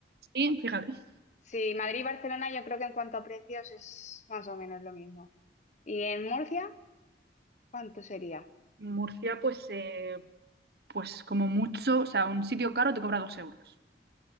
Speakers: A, on the right; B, on the left.
A: Sí, fíjate.
B: Sí, Madrid y Barcelona yo creo que en cuanto a precios es más o menos lo mismo. ¿Y en Murcia cuánto sería?
A: En Murcia pues, eh, pues como mucho, o sea, un sitio caro te cobra 2 euros.